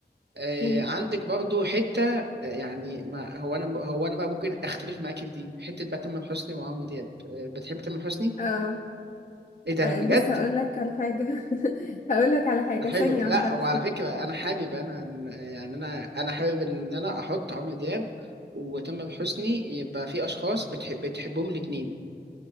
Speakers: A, on the right; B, on the left.
A: آه،
B: مم.
A: عندك برضو حتة آه، يعني ما هو أنا هو أنا بقى ممكن أختلف معاك في دي حتة بقى تامر حسني وعمرو دياب آه، بتحب تامر حسني؟
B: اه
A: إيه ده
B: آه،
A: بجد؟
B: بص هقول لك على حاجة <laughs> هقول لك على حاجة
A: ده حلو
B: ثانية
A: لا
B: واحدة
A: وعلى فكرة أنا حابب أنا يعني أنا أنا حابب إن أنا أحط عمرو دياب وتامر حسني يبقى في أشخاص بتحب بتحبهم الاتنين